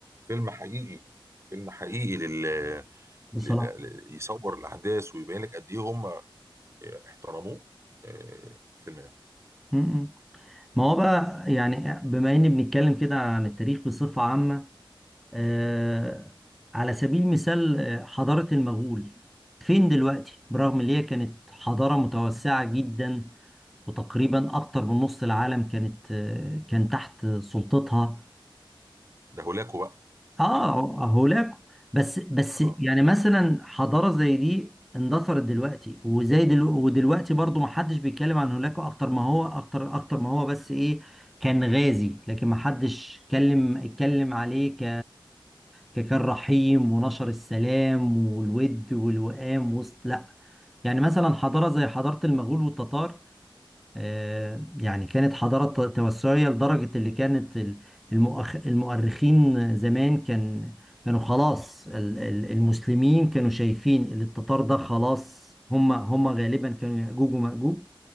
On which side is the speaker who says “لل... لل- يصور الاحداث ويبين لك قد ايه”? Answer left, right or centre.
Right